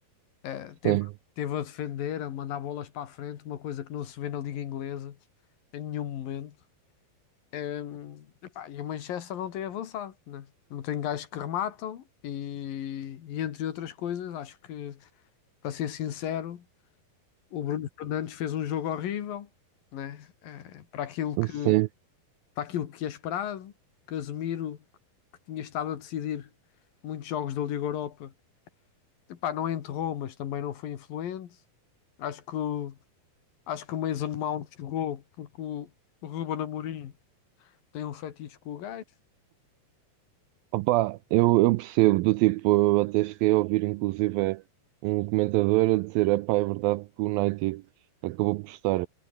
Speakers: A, on the left (about 65°); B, on the right (about 80°).
A: Eh, teve,
B: sim,
A: teve a defender, a mandar bolas para a frente, uma coisa que não se vê na Liga Inglesa em nenhum momento. Hum, Epá, e o Manchester não tem avançado, né? Não tem gajos que rematam e, e entre outras coisas, acho que, para ser sincero. O Bruno Fernandes fez um jogo horrível, né? Eh, para aquilo que,
B: sim.
A: para aquilo que é esperado. Casemiro, que tinha estado a decidir muitos jogos da Liga Europa, epá, não enterrou, mas também não foi influente. Acho que, o- acho que o Mason Mount jogou porque o, o Ruben Amorim tem um fetiche com o gajo.
B: Opa, eu, eu percebo, do tipo, eu até cheguei a ouvir inclusive é, um comentador a dizer, epá, é verdade que o United acabou por estar